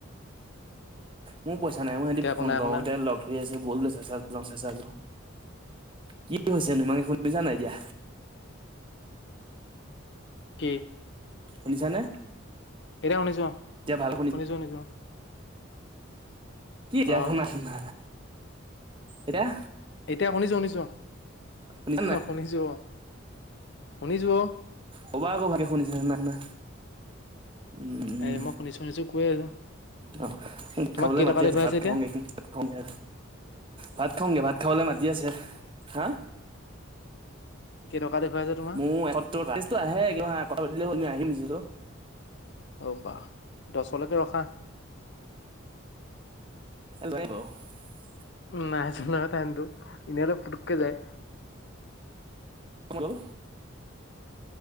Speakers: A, on the right; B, on the left.
A: মোৰ পইচা নাই, মোৰ সিহঁতি
B: এতিয়া আকৌ নাই
A: লগৰ
B: শুনা
A: কেইটাই লগ ধৰি আছে বল চেঁচাত যাও কি হৈছে নো তুমাক শুনিছা নাই এতিয়া।
B: কি?
A: শুনিছা নে?
B: এতিয়া শুনিছো অহ,
A: এতিয়া ভাল
B: শুনিছো, শুনিছো।
A: কি এতিয়া
B: অ
A: আক নাই শুনা। এতিয়া।
B: এতিয়া শুনিছো, শুনিছো।
A: শুনিছা নাই
B: অ', শুনিছো অ'। শুনিছো অ'।
A: ক'বা আকৌ বাকি শুনিছা নে নাই শুনা। উম, উম
B: এ মই শুনিছো শুনিছো কৈ আছো
A: অ'
B: তোমাক
A: খাবলৈ
B: কেই
A: মাতি
B: টকা দেখুৱাইছে
A: আছ ভাত
B: এতিয়া
A: খাওগে, ভাত খাওগে, ভাত খাওগে, ভাত খাবলে মাতি। দি আছে হা।
B: কেই টকা দেখুৱাইছে তোমাৰ
A: মোৰ এসত্তৰ টা, লিষ্ট টো আহে কথা পাতিলে <unintelligible> আহিম। হেল্ল'।
B: অ', বা দচলৈকে ৰখা।
A: <unintelligible>
B: নাই যোৱা নহয়, টাইমটো এনে হ'লে পুতুককে যায়।
A: গ'ল